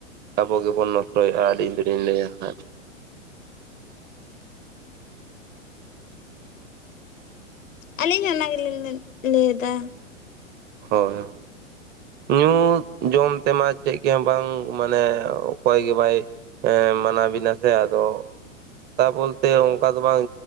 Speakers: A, on the right; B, on the left.
A: ᱟᱵᱚ ᱜᱮᱵᱚᱱ ᱱᱚᱥᱴᱚᱭᱮᱫᱼᱟ, ᱟᱹᱰᱤ ᱤᱧ ᱫᱚᱞᱤᱧ ᱞᱟᱹᱭᱟᱸᱜ ᱾
B: ᱟᱹᱞᱤᱧ ᱦᱚ ᱚᱱᱟ ᱜᱮᱞᱤᱧ ᱞᱟᱹᱭ ᱮᱫᱟ
A: ᱦᱳᱭ ᱦᱳᱭ, ᱧᱩ ᱡᱚᱢ ᱛᱮᱢᱟ ᱪᱮᱫ ᱜᱮᱦ ᱵᱟᱝ ᱢᱟᱱᱮ ᱚᱠᱚᱭ ᱜᱮ ᱵᱟᱭ ᱦᱮ ᱾ᱢᱟᱱᱟᱣ ᱵᱤᱱᱟ ᱥᱮ ᱟᱫᱚ ᱛᱟ ᱵᱚᱞᱛᱮ ᱚᱱᱠᱟ ᱫᱚ ᱵᱟᱝ